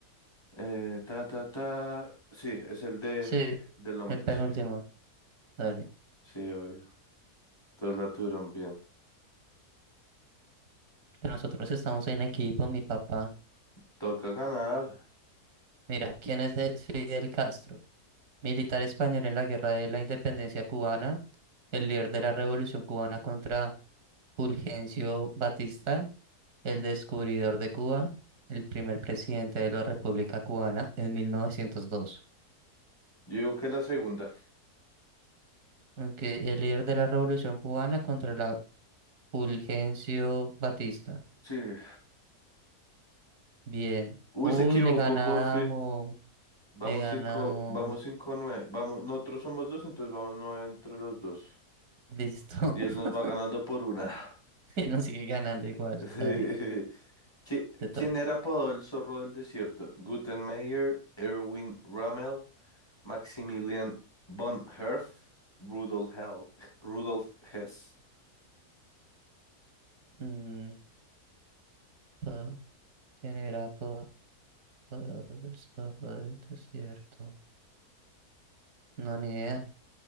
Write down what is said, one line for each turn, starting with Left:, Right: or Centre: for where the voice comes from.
Left: Eh, ta, ta, ta. Sí, es el de
Right: Sí,
Left: del hombre,
Right: el penúltimo.
Left: sí.
Right: Dale.
Left: Sí, obvio. Todos la tuvieron bien.
Right: Que nosotros estamos en equipo, mi papá.
Left: Toca ganar.
Right: Mira, ¿quién es de- Fidel Castro? Militar español en la Guerra de la Independencia cubana, el líder de la Revolución cubana contra Fulgencio Batista, el descubridor de Cuba, el primer presidente de la República Cubana en 1902.
Left: Yo digo que la segunda.
Right: Ok, el líder de la Revolución cubana contra la Fulgencio Batista.
Left: Sí.
Right: Bien.
Left: Uy,
Right: Uy,
Left: se equivocó
Right: le ganamos.
Left: por fin. Vamos
Right: Le ganamos.
Left: cinco, vamos cinco, nueve. Vamos, nosotros somos dos, entonces vamos nueve entre los dos.
Right: Listo.
Left: Y él nos
Right: <laughs>
Left: va ganando por una. <laughs>
Right: Y nos sigue ganando igual.
Left: Sí.
Right: Dale,
Left: ¿Qui-
Right: te toca.
Left: ¿Quién era apodado el zorro del desierto? Gutenmeier, Erwin Rommel, Maximilian von Herf, Rudolf Hell, Rudolf Hess.
Right: Mm, pa- ¿Quién era pa- pa- el zorro del desierto? No, ni idea.